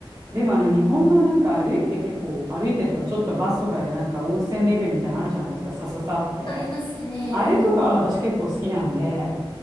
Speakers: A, on the right; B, on the left.
A: でもあの日本のなんか歩いて結構歩いてとかちょっとバスとかでなんか温泉巡りみたいなのあるじゃないですか、さささって。
B: ありますね。
A: あれとか私結構好きなんで、
B: うんうん。